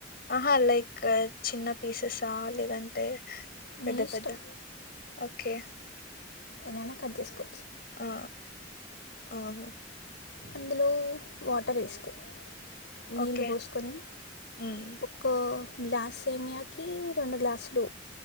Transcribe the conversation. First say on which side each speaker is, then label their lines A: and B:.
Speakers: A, on the left (about 55°); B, on the left (about 75°).
A: ఆహా లైక్ చిన్న పీసెసా లేదంటే
B: నీ
A: పెద్ద
B: ఇష్టం
A: పెద్ద ఓకే
B: ఎలా ఐనా కట్ చేసుకో
A: ఆ అవును
B: అందులో వాటర్ వేసుకో నీళ్ళు
A: ఓకే
B: పోసుకొని
A: మ్మ్
B: ఒక్క గ్లాస్ సేమియాకి రెండు గ్లాసులు